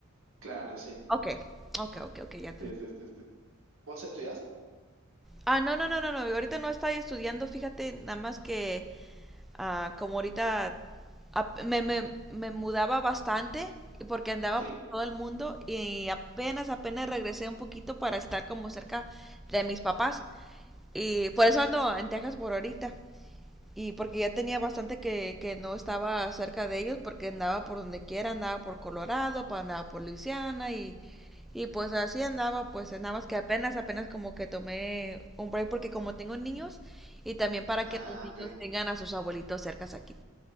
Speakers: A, on the right; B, in the centre.
A: Claro, sí.
B: Ok, ok, ok, ok, ya te...
A: Sí, sí, sí, sí. ¿Vos estudiás?
B: Ah, no, no, no, no, no, ahorita no estoy estudiando, fíjate, nada más que ah, como ahorita ap- me, me, me mudaba bastante y porque andaba
A: Sí.
B: por todo el mundo y apenas, apenas regresé un poquito para estar como cerca de mis papás y por eso ando en Texas por ahorita. y porque ya tenía bastante que, que no estaba cerca de ellos porque andaba por donde quiera, andaba por Colorado, pa- andaba por Luisiana y, y pues así andaba, pues nada más que apenas, apenas como que tomé un break porque como tengo niños y también para
A: Ah,
B: que los niños
A: ok.
B: tengan a sus abuelitos cercas aquí.